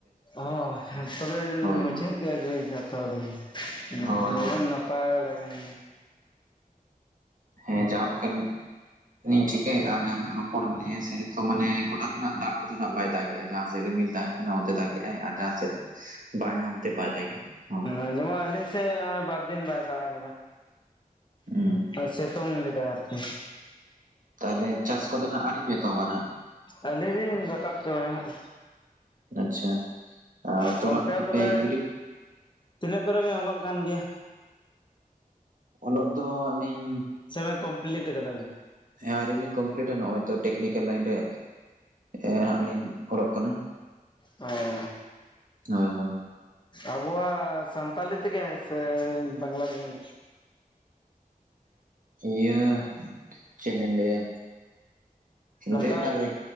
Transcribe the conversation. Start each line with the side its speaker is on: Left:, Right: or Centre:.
Left: ᱚ ᱦᱮᱸ ᱛᱚᱵᱮ ᱵᱤᱱ
Right: ᱦᱳᱭ
Left: ᱢᱩᱪᱟᱹᱫ
Right: ᱦᱳᱭ
Left: ᱜᱮ ᱟᱹᱜᱩᱭᱫᱟ ᱛᱚ ᱵᱤᱱ <inaudible>
Right: ᱦᱳᱭ ᱦᱳᱭ
Left: ᱱᱟᱯᱟ ᱯᱟᱭ ᱵᱟᱲᱟ ᱞᱟᱜᱟᱱ᱾
Right: ᱮᱸ ᱡᱟᱦᱟᱸ ᱞᱮᱠᱟᱱ ᱱᱤᱧ ᱴᱷᱤᱠᱟᱹᱭᱮᱜᱼᱟ ᱡᱟᱦᱟᱸ ᱛᱤᱱᱟᱹ ᱨᱚᱯᱚᱲ ᱱᱮ ᱥᱮ ᱡᱚᱛᱚ ᱢᱟᱱᱮ ᱜᱚᱴᱟ ᱥᱮᱫ ᱱᱟᱜ ᱫᱟᱜ ᱠᱚᱫᱚ ᱱᱟᱜ ᱵᱟᱭ ᱫᱟᱜᱮᱜ-ᱟ ᱡᱟᱦᱟᱸ ᱥᱮ ᱨᱤᱢᱤᱞ ᱛᱟᱸᱦᱮᱱ ᱠᱟᱱᱟ ᱚᱱᱛᱮ ᱫᱟᱜᱮᱜᱼᱟᱭ ᱟᱨ ᱡᱟᱦᱟᱸ ᱥᱮᱫ ᱵᱟᱝᱟ ᱚᱱᱛᱮ ᱵᱟᱭ ᱫᱟᱜᱮᱜᱼᱟ ᱦᱚᱸ᱾
Left: ᱟᱸᱡᱚᱢᱟ ᱟᱹᱞᱤᱧ ᱥᱮᱜ ᱦᱚᱸᱜᱼᱚᱭ ᱵᱟᱨᱫᱤᱱ ᱵᱟᱭ ᱫᱟᱜ
Right: ᱦᱩᱸ
Left: ᱠᱟᱫᱟ᱾ ᱥᱮᱛᱳᱝ ᱞᱮᱫᱟᱭ ᱟᱨᱠᱤ᱾
Right: ᱛᱟᱦᱞᱮ ᱪᱟᱥ ᱠᱚᱫᱚ ᱱᱟᱜ ᱟᱹᱣᱨᱤᱯᱮ ᱮᱛᱦᱚᱵᱟ ᱱᱟᱜ?
Left: ᱟᱣᱞᱤ ᱞᱤᱧ ᱨᱟᱠᱟᱵ ᱪᱟᱵᱟᱭᱟ ᱦᱟᱸᱜ᱾
Right: ᱟᱪᱪᱷᱟ ᱟᱨ ᱛᱚᱞᱟ
Left: ᱜᱚᱝᱠᱮ
Right: ᱠᱚᱫᱚ
Left: ᱛᱚᱵᱮ
Right: ᱯᱮ ᱜᱤᱰᱤ
Left: ᱛᱤᱱᱟᱹᱜ ᱠᱚᱨᱮ ᱵᱤᱱ ᱚᱞᱚᱜ ᱠᱟᱱ ᱜᱮᱭᱟ?
Right: ᱚᱞᱚᱜ ᱫᱚ ᱟᱞᱤᱧ
Left: ᱥᱮᱵᱤᱱ ᱠᱚᱢᱯᱞᱤᱴ ᱠᱟᱫᱟ ᱵᱤᱱ᱾
Right: ᱦᱮᱸ ᱟᱹᱣᱨᱤ ᱞᱤᱧ ᱠᱚᱢᱯᱞᱤᱴᱟ ᱱᱚᱜᱼᱚᱭ ᱛᱚ ᱴᱮᱠᱱᱤᱠᱮᱞ ᱞᱟᱭᱤᱱ ᱨᱮ᱾ ᱮ ᱦᱟᱸᱜ ᱞᱤᱧ ᱚᱞᱚᱜ ᱠᱟᱱᱟ᱾
Left: ᱦᱚᱸ᱾
Right: ᱦᱳᱭ ᱦᱳᱭ᱾
Left: ᱟᱵᱚᱣᱟᱜ ᱥᱟᱱᱛᱟᱞᱤ ᱛᱮᱜᱮ ᱥᱮ ᱵᱟᱝᱞᱟ ᱛᱮ ᱵᱤᱱ᱾
Right: ᱤᱭᱟᱹ ᱪᱮᱫ ᱞᱤᱧ ᱞᱟᱹᱭᱟ
Left: ᱱᱚᱝᱠᱟ
Right: ᱫᱮᱹᱵᱽᱱᱟᱜᱚᱨᱤ᱾